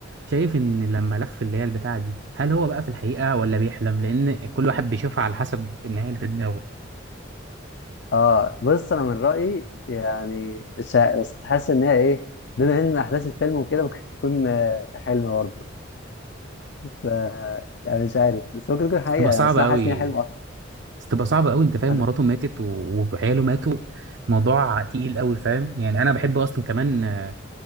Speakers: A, on the right; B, on the left.
A: شايف ان لما لف اللي هي البتاعة دي هل هو بقى في الحقيقة ولا بيحلم لان كل واحد بيشوفها على حسب النهاية اللي في دماغه
B: اه بص انا من رايي يعني شا... بس حاسس ان هي ايه بما ان احداث الفيلم وكده ممكن تكون <laughs> آه، حلم برضه ف... يعني مش عارف بس ممكن تكون حقيقه
A: تبقى
B: يعني
A: صعبة
B: بس انا
A: قوي
B: حاسس ان هي حلم اكتر
A: بس تبقى صعبة قوي انت فاهم
B: هت-
A: مراته ماتت و- وعياله ماتوا موضوع تقيل قوي فاهم يعني انا بحب اصلا كمان آه،